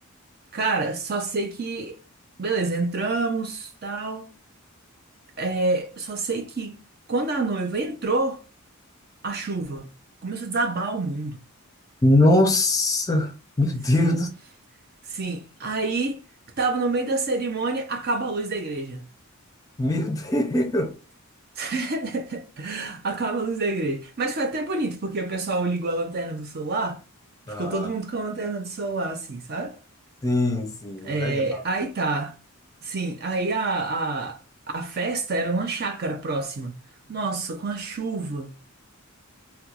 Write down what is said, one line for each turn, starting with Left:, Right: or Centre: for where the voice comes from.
Right: Cara, só sei que, beleza, entramos, tal. É, só sei que quando a noiva entrou, a chuva começou a desabar o mundo.
Left: Nossa! Meu
Right: Sim,
Left: Deus! do-
Right: Sim, aí tava no meio da cerimônia, acaba a luz da igreja.
Left: Meu Deus!
Right: <laughs> Acaba a luz da igreja. Mas foi até bonito, porque o pessoal ligou a lanterna do celular, e
Left: Ah,
Right: ficou todo mundo com a lanterna do celular, assim, sabe?
Left: sim, sim,
Right: É,
Left: legal.
Right: aí tá. Sim, aí a, a, a festa era numa chácara próxima. Nossa, com a chuva,